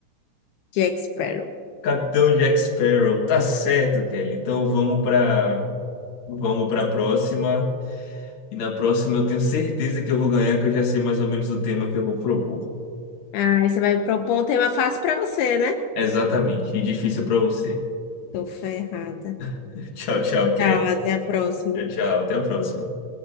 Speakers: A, on the left (about 80°); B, on the left (about 55°).
A: Jack Sparrow.
B: Capitão Jack Sparrow. Tá certo, Kelly. Então vamos para vamos para a próxima. E na próxima eu tenho certeza que eu vou ganhar, que eu já sei mais ou menos o tema que eu vou propor.
A: Ah, você vai propor um tema fácil pra você, né?
B: Exatamente. E difícil para você.
A: Tô ferrada.
B: <laughs> Tchau, tchau, Kelly.
A: Tchau, até a próxima.
B: Tchau, tchau. Até a próxima.